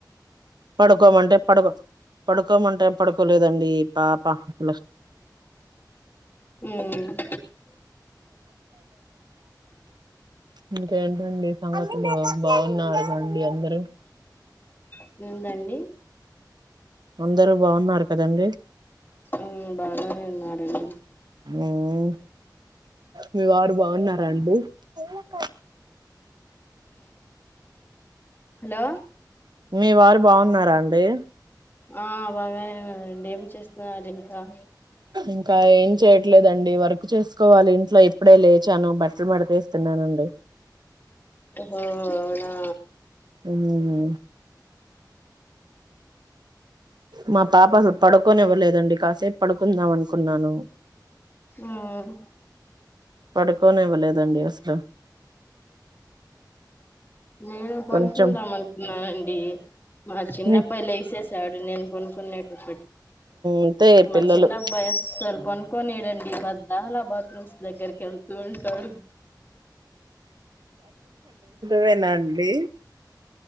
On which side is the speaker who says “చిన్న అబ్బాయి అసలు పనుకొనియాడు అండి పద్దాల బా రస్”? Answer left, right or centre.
Left